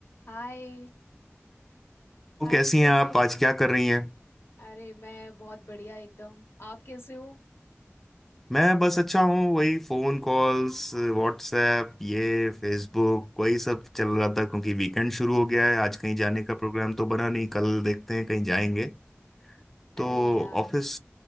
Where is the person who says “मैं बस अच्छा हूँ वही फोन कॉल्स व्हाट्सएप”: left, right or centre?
Centre